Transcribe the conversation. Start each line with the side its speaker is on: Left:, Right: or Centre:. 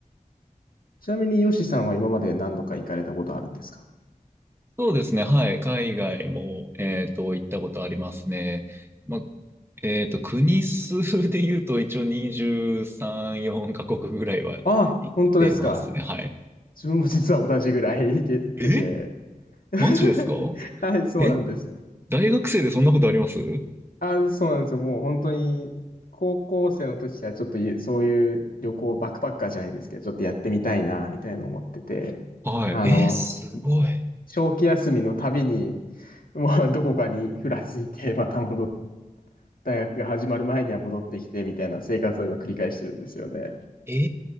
Left: ちなみにヨシさんは今まで何度か行かれたことあるんですか
Right: そうですね。はい。海外も、えっと、行ったことありますね。ま、えっと、国数で言うと一応23、4カ国ぐらいは行ってますね。
Left: あ、本当ですか。
Right: はい。
Left: 自分も実は同じぐらい行け、行ってて。
Right: え
Left: <laughs>
Right: マジですか
Left: はい、そうなんです。
Right: え大学生でそんなことあります
Left: あ、そうなんですよ。もう本当に、高校生の時からちょっとゆそういう旅行、バックパッカーじゃないですけど、ちょっとやってみたいな、みたいな思ってて、
Right: はい。
Left: あの、
Right: えーすごい。
Left: 長期休みのたびに、まあ、どこかにふらついて、<laughs> また戻っ大学が始まる前には戻ってきて、みたいな生活を今繰り返してるんですよね。
Right: え